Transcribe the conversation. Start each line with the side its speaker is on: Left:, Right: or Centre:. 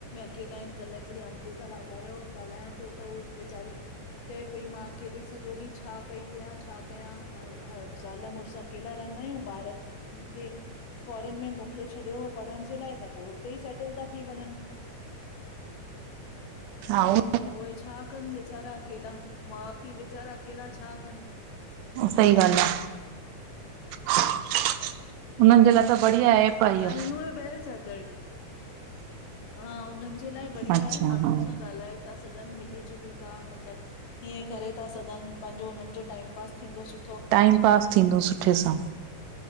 Left: अकेला इन कल्ह हिकड़ी आंटी सां ॻाल्हायो ॻाल्हाइण थियो त ऊ वेचारी। चए पई मां अकेली सॼो ॾींह छा पई कयां छा कयां ज़ाल मुॾस्। अकेला रेहंदायूं ॿार, खे फोरन में मोकले छॾियो। पढ़ण जे लाए त पो हुतेई सेटल ता थी वञन।
Right: हा उ।
Left: त उहे छा कन वेचारा अकेला माउ पी वेचारा अकेला छा कन?
Right: सही ॻाल आ। हुनन जे लाए त बढ़िया एप। आ इहो।
Left: आई नूवा वेल सेटल्ड। हा। हुनन जे लाए बढ़िया
Right: अच्छा
Left: आहे माणुन
Right: हा
Left: सां ॻाल्हाए। ता सघन मिली जुली ता मतलब, हीअं करे ता सघन। पांजो हुनन जो टाइम पास थींदो सु।
Right: टाइम पास थींदो सुठे सां।